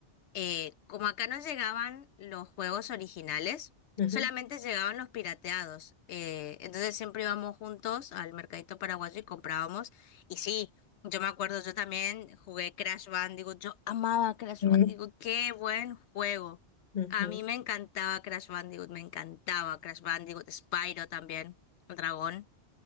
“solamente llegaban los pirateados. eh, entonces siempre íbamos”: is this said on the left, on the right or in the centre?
Left